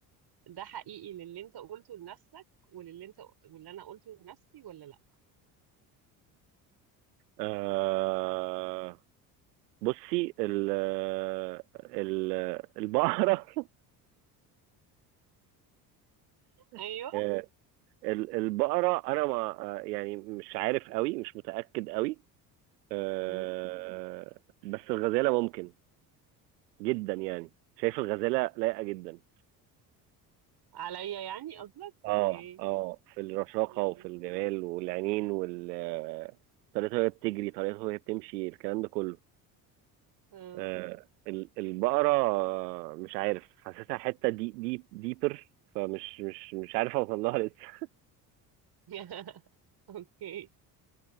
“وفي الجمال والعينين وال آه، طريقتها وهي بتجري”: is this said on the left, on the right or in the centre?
Right